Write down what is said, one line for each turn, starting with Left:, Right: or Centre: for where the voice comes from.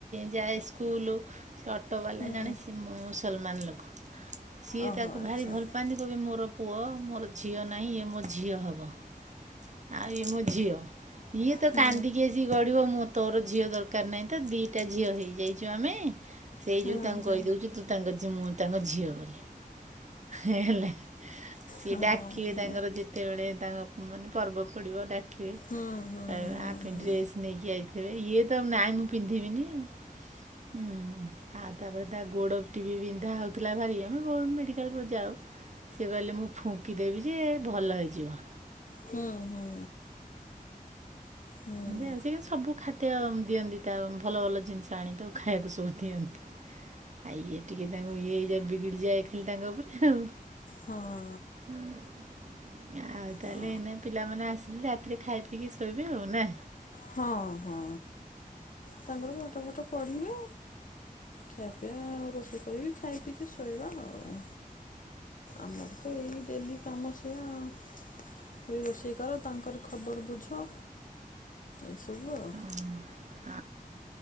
Right: ଯାଏ ସ୍କୁଲୁ। ସେ ଅଟୋ ବାଲା
Left: ହୁଁ
Right: ଜଣେ ସିଏ ମୁସଲମାନ ଲୋକ। ସିଏ
Left: ଓହୋ
Right: ତାକୁ
Left: ଆଚ୍ଛା
Right: ଭାରି ଭଲ ପାଆନ୍ତି କହିବେ ମୋର ପୁଅ ମୋର ଝିଅ ନାହିଁ ଇଏ ମୋ ଝିଅ ହବ। ଆଉ ଇଏ ମୋ ଝିଅ ଇଏ ତ
Left: ହୁଁ
Right: କାନ୍ଦନ୍ତିିକି ଆସିକି ଗଡ଼ିବ ମୁଁ ତୋର ଝିଅ ଦରକାର ନାହିଁ ତ ଦିଇଟା ଝିଅ ହେଇଯାଇଛୁ ଆମେ। ସେଇ
Left: ହୁଁ
Right: ଯୋଗୁ ତାଙ୍କୁ
Left: ହୁଁ
Right: କହିଦୋଉଛୁ ତୁ ତାଙ୍କ ମୁଁ ତାଙ୍କ ଝିଅ ବୋଲି ହେ ହେଲା। ସିଏ
Left: ହଁ
Right: ଡାକିବେ
Left: ହୁଁ
Right: ତାଙ୍କର ଯେତେବେଳେ ତାଙ୍କ ମାନେ ପର୍ବ ପଡ଼ିବ ଡା କିବେ
Left: ହୁଁ ହୁଁ
Right: କହିବେ
Left: ହୁଁ ହୁଁ
Right: ଆ ପାଇଁ ଡ୍ରେସ ନେଇକି ଆଇଥିବେ ଇଏ ତ ନାଇଁ ମୁଁ ପିନ୍ଧିବିନି ଆଉ। ହୁଁ, ଆଉ ତାପରେ ତା ଗୋଡ଼ ଟି ବି ବିନ୍ଧା ହୋଉଥିଲା ଭାରି ଏମ୍ ହୋ ମେଡିକାଲକୁ ଯାଉ। ସେ କହିଲେ ମୁଁ ଫୁଙ୍କିଦେବି ଯେ ଭଲ ହେଇଯିବ।
Left: ହୁଁ ହୁଁ। ହୁଁ।
Right: ଆଁ ସେ କିନ୍ତୁ ସବୁ ଖାଦ୍ୟ ଦିଅନ୍ତି ତାକୁ ଭଲ ଭଲ ଜିନିଷ ଆଣିକି ତ ଖାଇବା ସବୁ ଦିଅନ୍ତି। ଆ ଇଏ ଟିକେ ତାଙ୍କୁ ଇଏ ହେଇଯାଏ ବିଗିଡ଼ି ଯାଏ ଖାଲି ତାଙ୍କ ଉପରେ ଆଉ।
Left: ହଁ।
Right: ହଁ ଆଉ ତାହେଲେ
Left: ହଁ
Right: ଏନେ ପିଲାମାନେ ଆସିଲେ ରାତିରେ ଖାଇ ପିଇକି ଶୋଇବେ ଆଉ ନା?
Left: ହଁ ହଁ ତାଙ୍କର ପାଠ ଫାଠ ପଢ଼ିବେ ଖିଆ ପିଆ ଆଉ ରୋଷେଇ କରିବି ଖାଇ ପିଇକି ଶୋଇବା ଆଉ। ଆମର ତ ଏଇ ଡେଲି କାମ ସେୟା ଆଉ। ସେଇ ରୋଷେଇ କର ତାଙ୍କରି ଖବର ବୁଝ ଏସବୁ ଆ
Right: ହୁଁ।